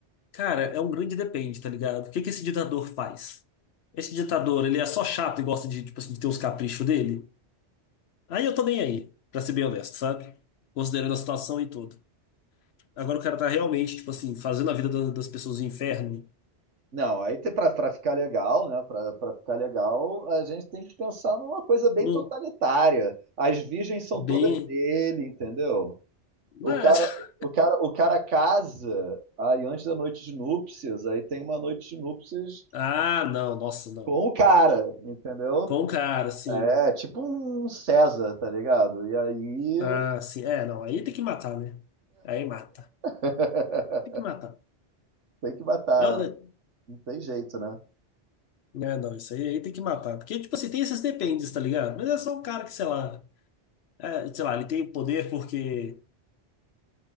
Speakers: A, on the left; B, on the right.
A: cara, é um grande depende, tá ligado? O que que esse ditador faz? Esse ditador, ele é só chato e gosta de, tipo assim, de ter os caprichos dele? Aí eu tô nem aí, pra ser bem honesto, sabe? Considerando a situação e tudo. Agora o cara tá realmente, tipo assim, fazendo a vida da- das pessoas no inferno.
B: Não, aí para ficar legal, né? Para ficar legal, a gente tem que pensar numa coisa bem
A: No,
B: totalitária. As virgens são
A: bem.
B: todas dele, entendeu? O
A: Ah,
B: cara, o cara, o cara casa aí antes da noite de núpcias, aí tem uma noite de núpcias
A: <laughs> ah, não, nossa, não.
B: com o cara, entendeu?
A: Com o cara, assim.
B: É tipo um César, tá ligado? E aí
A: Ah, sim. É, não. Aí tem que matar, né? Aí mata.
B: <laughs>
A: Tem que matar.
B: tem que matar,
A: Eu, né?
B: não tem jeito, né?
A: Né, Não, isso aí, aí tem que matar. Porque, tipo assim, tem esses dependes, tá ligado? Mas é só um cara que, sei lá. é, sei lá, ele tem poder porque.